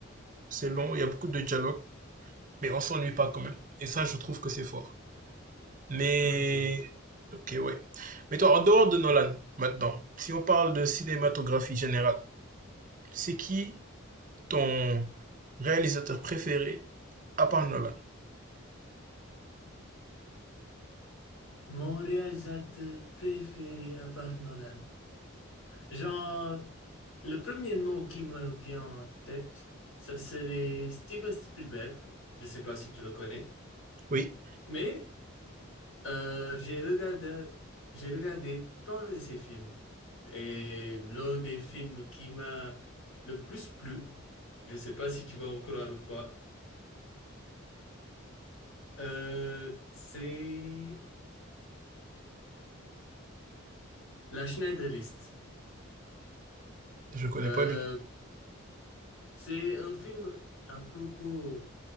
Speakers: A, on the right (about 40°); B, on the left (about 75°).
A: C'est long, il y a beaucoup de dialogues, mais on s'ennuie pas quand même. Et ça, je trouve que c'est fort. Mais,
B: Ok.
A: ok, ouais. Mais toi, en dehors de Nolan, maintenant, si on parle de cinématographie générale, c'est qui ton réalisateur préféré à part Nolan?
B: Mon réalisateur préféré à part Nolan. Genre, le premier nom qui me vient en tête, ça serait Steven Spielberg. Je sais pas si tu le connais,
A: Oui,
B: mais euh, j'ai regardé, j'ai regardé plein de ses films. Et l'un des films qui m'a le plus plu, je sais pas si tu vas en croire ou pas, euh, c'est La Schneider List.
A: je connais
B: Euh,
A: pas du tout.
B: C'est un film à propos